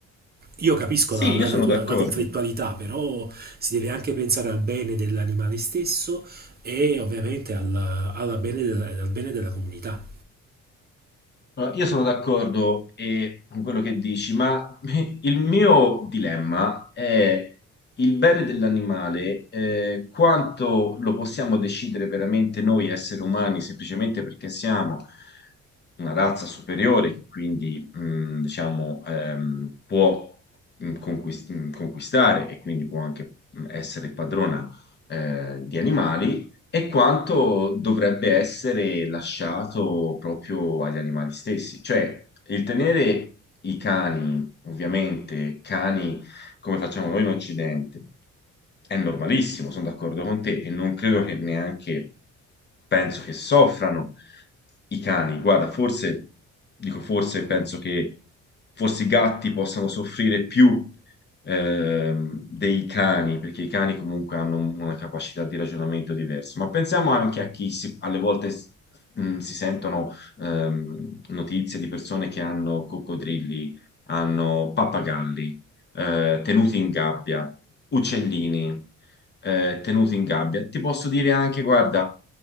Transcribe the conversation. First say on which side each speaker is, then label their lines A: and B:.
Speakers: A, on the right; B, on the left.
A: Io capisco
B: sì,
A: la, la
B: io sono
A: natura,
B: d'accordo.
A: la conflittualità, però si deve anche pensare al bene dell'animale stesso e ovviamente al, alla bene della, al bene della comunità.
B: No, Io sono d'accordo eh, con quello che dici, ma <laughs> il mio dilemma è il bene dell'animale, eh, quanto lo possiamo decidere veramente noi esseri umani, semplicemente perché siamo una razza superiore, che quindi mh, diciamo, ehm, può mh, conquist- mh, conquistare e quindi può anche mh, essere padrona eh, di animali e quanto dovrebbe essere lasciato proprio agli animali stessi. Cioè, il tenere i cani, ovviamente, cani come facciamo noi in Occidente, è normalissimo, sono d'accordo con te, e non credo che neanche penso che soffrano i cani. Guarda, forse, dico forse, penso che forse i gatti possano soffrire più ehm, dei cani, perché i cani comunque hanno un- una capacità di ragionamento diversa, ma pensiamo anche a chi si- alle volte s- mh, si sentono ehm, notizie di persone che hanno coccodrilli, hanno pappagalli, eh, tenuti in gabbia, uccellini, eh, tenuti in gabbia. Ti posso dire anche, guarda,